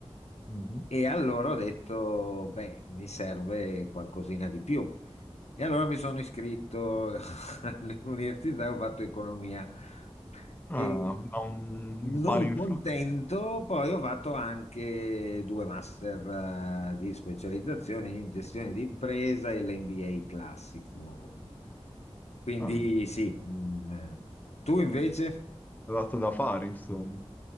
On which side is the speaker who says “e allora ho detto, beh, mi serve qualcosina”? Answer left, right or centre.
Left